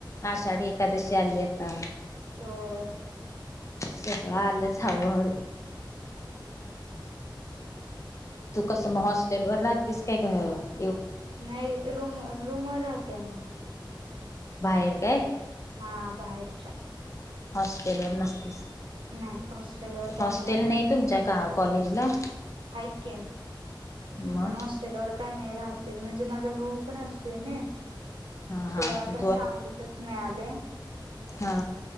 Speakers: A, on the left; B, on the right.
A: आषाढी एकादशी आली आता
B: होय.
A: सगळां आलंच हळूहळू तू कसं मग हॉस्टेल वर राहतेस काय घ
B: नाही रूम रूमर राहते मी
A: बाहेर काय.
B: हा बाहेरच्या
A: हॉस्पिटल वर नसतेस.
B: नाही हॉस्टेलवरर काय
A: हॉस्टेल
B: नाही आहे.
A: तुमच्या का कॉलेजला
B: आहे
A: मग
B: पण हॉस्टेलवर काय नाही राहत म्हणजे माझा भाऊ पण असतोय
A: हां हां
B: तेवढ पण सांगलीतच मिळाले.
A: हा.